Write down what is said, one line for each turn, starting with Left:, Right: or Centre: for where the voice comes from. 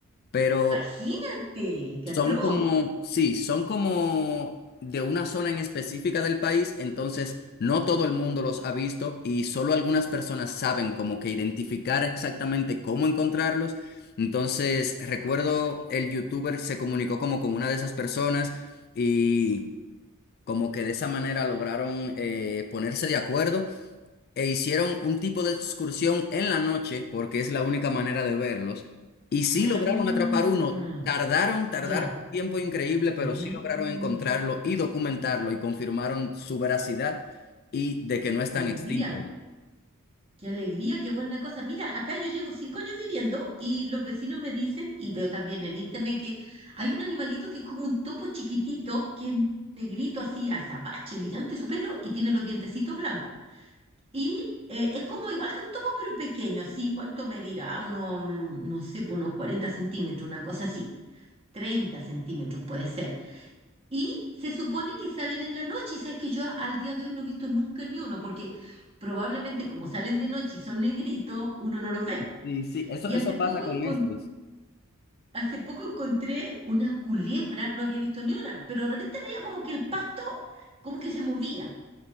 Left: Pero
Right: Imagínate, qué
Left: son
Right: atroz.
Left: como, sí, son como de una zona en específica del país, entonces no todo el mundo los ha visto y solo algunas personas saben como que identificar exactamente cómo encontrarlos. Entonces, recuerdo el youtuber se comunicó como con una de esas personas y como que de esa manera lograron eh, ponerse de acuerdo e hicieron un tipo de excursión en la noche, porque es la única manera de verlos, y sí
Right: Ah,
Left: lograron atrapar uno. Tardaron, tardaron
Right: ya.
Left: un tiempo increíble, pero
Right: Mira,
Left: sí lograron encontrarlo y documentarlo y confirmaron su veracidad y de que no están
Right: qué alegría,
Left: extintos.
Right: qué alegría, qué buena cosa. Mira, acá yo llevo cinco años viviendo y los vecinos me dicen, y veo también en internet que hay un animalito que es como un topo chiquitito, que es negrito así, azabache, brillante su pelo y tiene los dientecitos blancos. Y eh, es como igual que un topo, pero pequeño, así, ¿cuánto medirá? Uno, mm, no sé, pues unos 40 centímetros, una cosa así, 30 centímetros puede ser. Y se supone que salen en la noche, y sabes que yo a- al día de hoy no he visto nunca ni uno, porque probablemente como salen de noche y son negritos, uno no los ve.
Left: Sí, sí, eso,
Right: Y
Left: eso
Right: hace poco,
Left: pasa con
Right: encon-
Left: estos.
Right: hace poco encontré una culebra, no había visto ni una, pero de repente veía como que el pasto como que se movía.